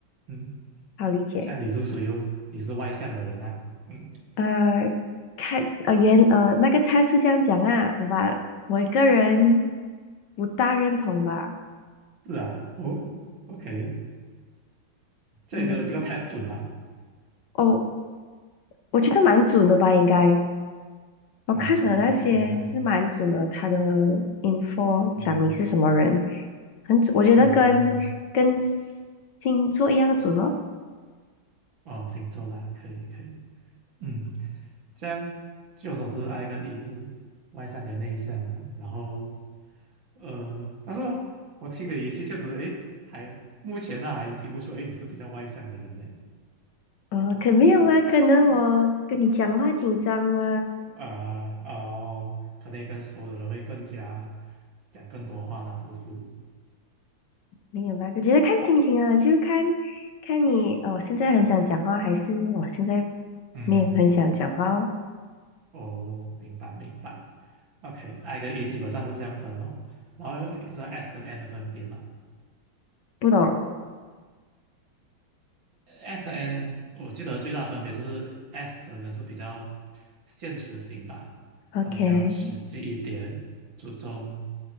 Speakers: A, on the right; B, on the left.
A: 嗯，
B: 好理解。
A: 这样你是属于你是外向的人啊？嗯，
B: 呃，看，呃，原，呃，那个他是这样讲啊，吧，我个人不大认同吧，
A: 是啊，哦，OK，这里就这个
B: 嗯，我觉得，
A: test 准吗？
B: 哦，我觉得蛮准的吧，应该，我看了那些是蛮准的，
A: 蛮准啊，啊，
B: 他的 info
A: 哦，
B: 讲你是什么人，很准，我觉得跟跟星座一样准哦，
A: 嗯，哦，星座啦，可以可以。嗯，这样据我所知，I 跟 E 是外向跟内向啊。然后，呃，但是我听你语气确实，诶，还目前呢、还听不出，诶，你是比较外向的人呢。
B: 呃，可没有啊，
A: 你嗯
B: 可能我跟你讲话紧张吗？
A: 啊哦，可能跟熟的人会更加讲更多话啦，是不是？
B: 没有吧，我觉得看心情啊，就看看你，哦，我现在很想讲话，还是我现在
A: 嗯，
B: 你也很想讲话哦，
A: 哦，明白明白。OK，I 跟 E 基本上是这样分哦，然后是 S 跟 N 的分别嘛。
B: 不懂
A: S 和 N 我记得最大分别就是 S 的人是比较现实型吧，
B: ？OK，
A: 他们比较实际一点，注重